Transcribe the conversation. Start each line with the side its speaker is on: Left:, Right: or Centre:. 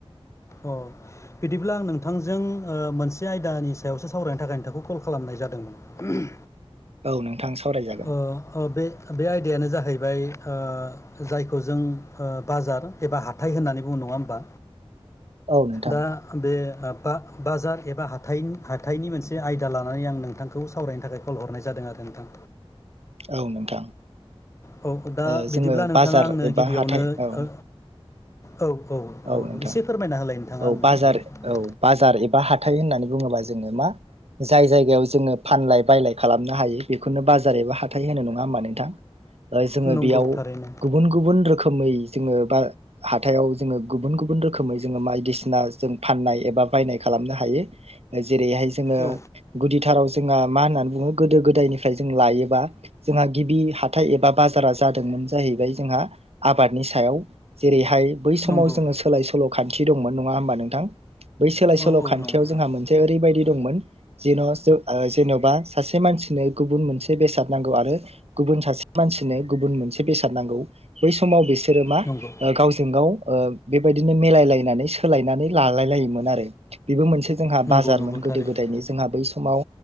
Left: अ बिदिब्ला आं नोंथांजों मोनसे आयदानि सायावसो सावरायनो थाखाय नोंथांखौ कल खालामनाय जादोंमोन
Right: औ नोंथां सावरायजागोन।
Left: ओ ओ बे बे आयदायानो जाहैबाय ओ जायखौ जों ओ बाजार एबा हाथाय होननानै बुङो। नङा ओमबा
Right: औ नोंथां
Left: दा बे ओ बा बाजार एबा हाथाइनि हाथाइनि मोनसे आयदा लानानै आं नोंथांखौ सावरायनो थाखाय कल हरनाय जादों। खोनादों नोंथां
Right: औ नोंथां
Left: औ दा
Right: ओ
Left: बिदिब्ला
Right: जोङो
Left: नोंथाङा
Right: बाजार
Left: आंनो
Right: एबा
Left: गिबियावनो
Right: हाथाय औ
Left: ओ औ
Right: औ नोंथां
Left: एसे फोरमायना होलाय नोंथाङा
Right: औ
Left: आंनो
Right: बाजार
Left: दे।
Right: औ बाजार एबा हाथाय होननानै बुङोबा जोङो मा जाय जायगायाव जोङो फानलाय बायलाय खालामनो हायो बेखौनो बाजार एबा हाथाय होनो नङा होमबा नोंथां? जोङो
Left: नंगौ
Right: बेयाव
Left: थारैनो
Right: गुबुन गुबुन रोखोमै जोङो बा हाथायाव जोङो गुबुन गुबुन रोखोमै जोङो बायदिसिना जों फाननाय एबा बायनाय खालामनो हायो। जेरैहाय जोङो
Left: औ
Right: गुदिथाराव जोंहा मा होन्नानै बुङो गोदो गोदायनिफ्राय जों लायोबा जोंहा गिबि हाथाय एबा बाजारा जादोंमोन जाहैबाय जोंहा आबादनि सायाव जेरैहाय बै समाव
Left: नंगौ
Right: जोङो सोलाय सोल' खान्थि दंमोन नङा होमबा नोंथां? बै सोलाय
Left: औ
Right: सोल'
Left: औ
Right: खान्थियाव
Left: नंगौ
Right: जोंहा मोनसे ओरैबायदि दंमोन। जेन' ज जेन'बा सासे मानसिनो गुबुन मोनसे बेसाद नांगौ आरो गुबुन सासे मानसि मानसिनो गुबुन मोनसे बेसाद नांगौ बै समाव बिसोरो मा
Left: नंगौ
Right: ओ गावजों गाव ओ बेबायदिनो मेलायलायनानै सोलायनानै लालाय लायोमोन आरो बेबो मोनसे जोंहा
Left: नंगौ
Right: बाजारमोन
Left: नंगौ
Right: गोदो
Left: थारैनो
Right: गोदायनि जोंहा बै समाव